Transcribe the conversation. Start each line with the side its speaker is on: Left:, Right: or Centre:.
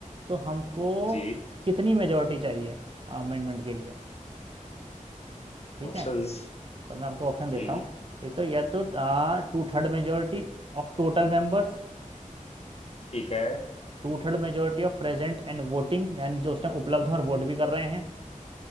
Right: तो हमको
Left: जी
Right: कितनी मेजोरिटी चाहिए अमेंडमेंट के लिए ठीक
Left: ऑप्शंस
Right: है तो मैं आपको ऑप्शन देता
Left: हम्म
Right: हूँ एक तो या तो आ, to third majority of total members
Left: ठीक है
Right: two third majority of present and voting यानी जो उस टाइम उपलब्ध हैं और वोट भी कर रहे हैं